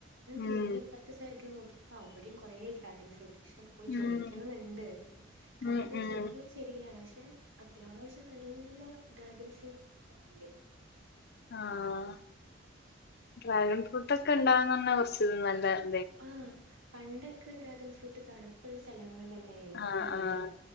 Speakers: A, on the right; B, on the left.
A: ൻ തിരിഞ്ഞ്
B: ഉം
A: അപ്പുറത്തെ സൈഡിൽ നോക്കിയപ്പോ അവിടെയും കുറെേ ഡ്രാഗൺ ഫ്രൂട്ട് ഷം പോയി
B: ഉം
A: ചോദിക്കണമെന്നുണ്ട് വെരെ കാരണം
B: ഉം
A: അത്
B: ഉം
A: ചെറിയൊരു ചെടിയിലാണ് പക്ഷെ, അത്യാവശ്യം നല്ല ഡ്രാഗൻ ഫ്രൂട്ട്ണ്ടേൽ,
B: ആഹ
A: <unintelligible>
B: ഡ്രാഗൺ ഫ്രൂട്ട് ഒക്കെ ഉണ്ടാവുന്ന <unintelligible>
A: ആഹ പണ്ടൊക്കെ ഡ്രാഗൺ ഫ്രൂട്ട് തണുപ്പുള്ള സ്ഥലങ്ങളിലല്ലേ? എ
B: ആഹ്
A: വളരാം
B: ആഹ്